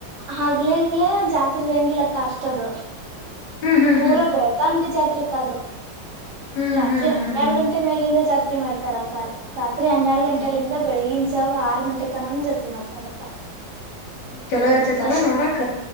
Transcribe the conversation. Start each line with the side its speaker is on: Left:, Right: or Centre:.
Right: ಹಗ್ಲೆ ಅಲ್ಲೇ ಜಾತ್ರಿ ಇರಂಗಿಲ್ಲ ಅಕ್ಕ ಅಷ್ಟ ಅದು
Left: ಹ್ಮ್ ಹ್ಮ್
Right: ಪೂರ ಬೆಳ್ತಾನ ಜಾತ್ರೆ ಅಕ್ಕ ಅದು.
Left: ಹ್ಮ್
Right: ರಾತ್ರಿ
Left: ಹ್ಮ್
Right: ಹನ್ನೆರಡ
Left: ಹ್ಮ್ ಹ್ಮ್ ಹ್ಮ್
Right: ಗಂಟೆ ಮ್ಯಾಗಿಂದ ಜಾತ್ರೆ ಮಾಡ್ತಾರ ಅಕ್ಕಾ ಅದ ರಾತ್ರಿ ಹನ್ನೆರಡ ಗಂಟಲಿಂದ
Left: ಹ್ಮ್
Right: ಬೆಳಿಗಿನ. ಜಾವ ಆರು ಗಂಟೆ ತನಾನು ಜಾತ್ರೆ ಮಾಡ್ತಾರ ಅಕ್ಕ.
Left: ಚಲೋ ಇರ್ತೇತಲ್ಲಾ
Right: ಅಷ್ಟ
Left: ನೋಡಾಕ